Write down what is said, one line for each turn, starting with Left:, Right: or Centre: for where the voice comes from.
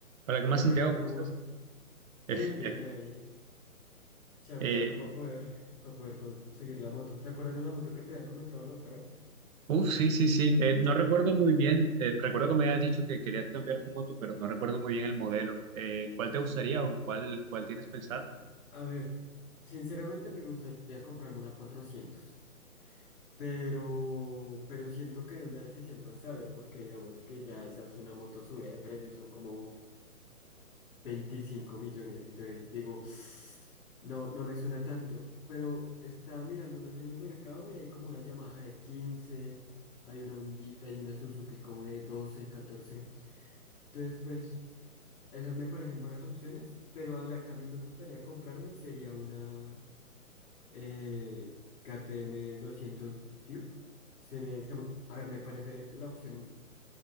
Right: Hola, ¿qué
Left: Hola
Right: más, Santiago?
Left: Carlos,
Right: ¿Cómo
Left: ¿cómo
Right: estás?
Left: vas?
Right: Eh,
Left: Bien, bien, ahí, chambeando
Right: eh,
Left: para poder, para poder conseguir la moto. ¿Te acuerdas de la moto que te había comentado la otra vez?
Right: uf, sí, sí, sí. Eh, no recuerdo muy bien. eh, recuerdo que me habías dicho que querías cambiar tu moto, pero no recuerdo muy bien el modelo. Eh, ¿cuál te gustaría o cuál, cuál tienes pensada?
Left: A ver, sinceramente me gustaría comprarme una 400, pero, pero siento que no es la decisión más sabia porque digamos que ya esa es una moto subida de precio, son como veinticinco millones, entonces digo, <sighs> no, no me suena tanto, pero estaba mirando unas en el mercado y hay como una Yamaha de quince hay una Hondita y una Suzuki como de doce catorce Entonces, pues, esas me parecen buenas opciones, pero a la que a mí me gustaría comprarme sería una eh, KTM 200 Duke. Se me, se me- a ver, me parece la opción